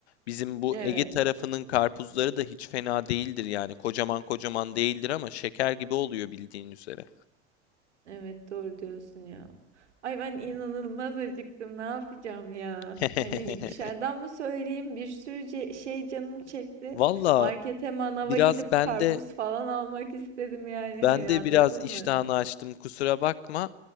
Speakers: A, on the left; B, on the right.
A: Bizim bu
B: Evet.
A: Ege tarafının karpuzları da hiç fena değildir yani. Kocaman kocaman değildir ama şeker gibi oluyor bildiğin üzere.
B: Evet, doğru diyorsun ya. Ay ben inanılmaz acıktım. Ne yapacağım ya?
A: <laughs>
B: Hani dışarıdan mı söyleyeyim? Bir sürü ce- şey canım çekti.
A: Valla
B: Markete, manava
A: biraz
B: gidip
A: ben
B: karpuz
A: de
B: falan almak istedim yani.
A: ben
B: Hani
A: de
B: anladın
A: biraz iştahını
B: mı?
A: açtım kusura bakma.